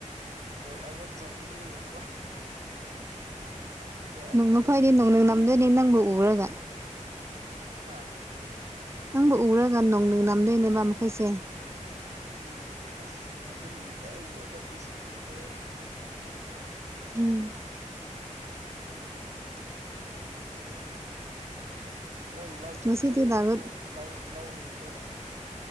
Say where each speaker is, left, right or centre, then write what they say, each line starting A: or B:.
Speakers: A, on the right; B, on the right.
A: ꯒꯣꯜ ꯑꯃ ꯆꯜꯂ ꯂꯩꯔꯝꯕ ꯑꯗꯨꯗ ꯑꯩ
B: ꯃꯈꯣꯏꯗꯤ
A: ꯅꯣꯛꯄꯁꯤꯗꯤ
B: ꯅꯣꯡꯅꯤꯡ ꯅꯝꯗꯣꯏꯅꯤ
A: ꯑꯁ ꯂꯣꯏꯔꯦ
B: ꯅꯪꯕꯨ ꯎꯔꯒ
A: ꯍꯥ
B: ꯅꯪꯕꯨ ꯎꯔꯒ ꯅꯣꯡꯗ ꯅꯝꯗꯣꯏꯅꯦꯕ ꯃꯈꯣꯏꯁꯦ
A: ꯎꯝ ꯑꯁ ꯑꯗꯨ ꯅꯨꯃꯤꯠꯇ ꯑꯩ ꯅꯣꯛꯂꯛꯄꯁꯤꯗꯤ ꯂꯣꯏꯔꯦ
B: ꯎꯝ ꯑꯣ <unintelligible>
A: ꯅꯪ ꯂꯧ ꯆꯠꯇ꯭ꯔꯣ
B: ꯉꯁꯤꯗꯤ ꯂꯥꯛ
A: ꯅꯣꯏ ꯂꯧ ꯂꯧꯂꯤꯡ ꯂꯣꯏꯔꯕꯣ